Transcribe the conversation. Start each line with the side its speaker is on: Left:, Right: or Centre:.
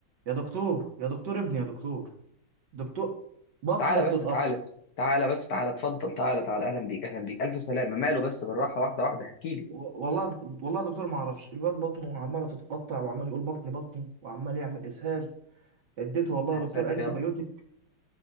Right: يا دكتور يا دكتور ابني يا دكتور دكتور بطنه
Left: تعالى
Right: بتتقطع
Left: بس تعالى تعالى بس تعالى اتفضل تعالى تعالى اهلا بيك اهلا بيك الف سلامه ماله بس بالراحه واحده واحده احكي لي
Right: و- والله والله يا دكتور ما اعرفش الواد بطنه عماله تتقطع وعمال يقول بطني بطني وعمال يعمل اسهال اديته والله يا
Left: يا
Right: دكتور
Left: ساتر
Right: انتي
Left: يا رب
Right: بايوتيك